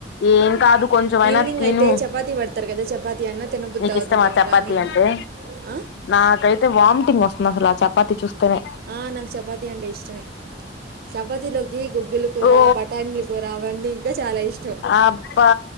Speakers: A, on the left; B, on the right.
A: ఏం కాదు కొంచెమైనా
B: ఈవినింగ్
A: తిను
B: అయితే చపాతి పేడుతు తరు కద చపాతి అన్న తినబుద్ధి
A: నీకు
B: అవుతుందేమో
A: ఇష్టమా చపాతి
B: కానీ
A: అంటే
B: ఆ?
A: నాకైతే వామిటింగ్ వస్తుంది అసలు ఆ చపాతి చూస్తేనే
B: ఆ నాకు చపాతి అంటే ఇష్టమే చపాతి లోకి గుగ్గులు కూర
A: రో
B: బటానిల్ రావండి ఇంకా చాలా ఇష్టం
A: అబ్బా